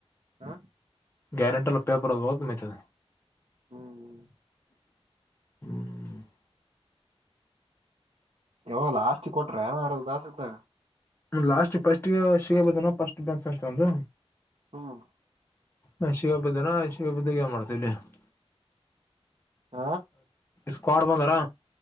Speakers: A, on the right; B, on the left.
A: ಹ
B: ಗಾರಂಟ ಇಲ್ಲ ಪೇಪರ್ ಇದು
A: ಹ್ಮ್ ಹ್ಮ್
B: ಹ್ಮ್
A: ಯಾವ ಲಾಸ್ಟ್ ಕೊಟ್ರ ಇನ್ ಅರ್ಧ ತಾಸ್ ಇದ್ದ
B: ಲಾಸ್ಟ್ ಫಸ್ಟ್ ಸಿಗಬಹದನ ಫಸ್ಟ್ ಬ್ಯಾಚ್ ಅಂತ ಒಂದು
A: ಹ್ಮ್
B: ಅ ಶಗ ಹಬ್ಬದನಾ ಅಶಿಗ ಹಬ್ಬದ ಯ ಮಾಡ್ತಾರೆ ಕಡ
A: ಹಾ
B: ಸ್ಕ್ವೇಡ್ ಬಂದಾರಾ